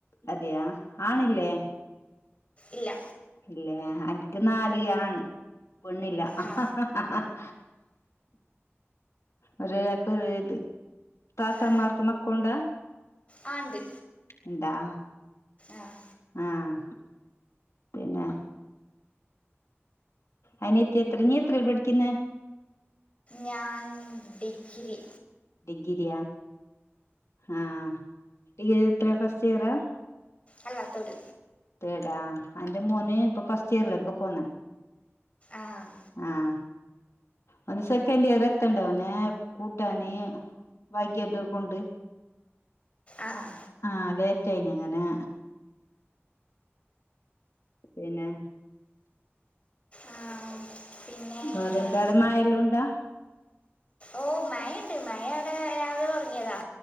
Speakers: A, on the left; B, on the left.
A: അതെയാ ആണില്ലേ?
B: ഇല്ല
A: ഇല്ലേ അൻക്ക് നാല് ആണ് പെണ്ണില്ല. ആഹ്
B: ആ
A: ഒരാൾക്ക് ഒരു ഇത് താത്തമ്മാർക്ക്
B: ആ,
A: മക്കൗണ്ടാ?
B: ആ ഇണ്ട്
A: ഇണ്ടാ.
B: ആഹ്
A: ആഹ് പിന്നെ അയ്നെ എത്തി എത്ര നീ എത്രല പഠിക്കുന്നെ?
B: ഞാൻ ഡിഗ്രി.
A: ഡിഗ്രിയ ആഹ് ഇ എത്ര ഫസ്റ്റിയറാ
B: അല്ലാ ത്തേട്
A: തേടാ അന്റെ മോന് ഇപ്പൊ ഫസ്റ്റ് ഇയറിലേക്ക് പോന്ന
B: ആഹ്
A: ആഹ് ഒന്ന് സെക്കൻഡിയറ് എത്തണ്ടഹനാ അവനെ കൂട്ടാന് വൈകിയത് കൊണ്ട്
B: ആഹ്
A: ആഹ് ലേറ്റായിനങ്ങനെ പിന്നെ
B: ആ, പിന്നെ
A: വേറെന്തടമായല്ലാം ഉണ്ടാ
B: ഓഹ് മയണ്ട് മയ ഇവിടെ രാവിലെ തുടങ്ങിയതാ